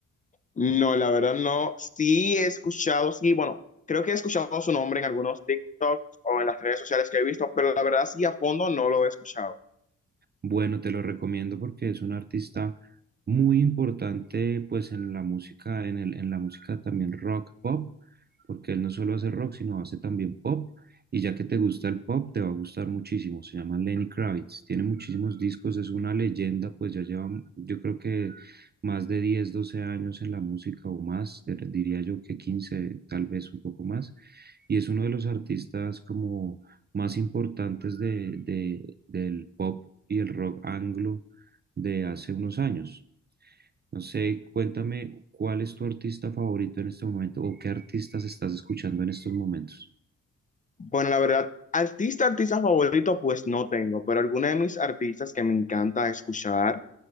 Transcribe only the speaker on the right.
Bueno, te lo recomiendo porque es un artista muy importante pues en la música, en el, en la música también rock pop, porque él no solo hace rock, sino hace también pop. Y ya que te gusta el pop, te va a gustar muchísimo. Se llama Lenny Kravitz, tiene muchísimos discos, es una leyenda, pues ya lleva, yo creo que más de 10 12 años en la música o más, eh, diría yo que 15 tal vez un poco más. Y es uno de los artistas como más importantes de, de- del pop y el rock anglo de hace unos años. No sé, cuéntame cuál es tu artista favorito en este momento o qué artistas estás escuchando en estos momentos.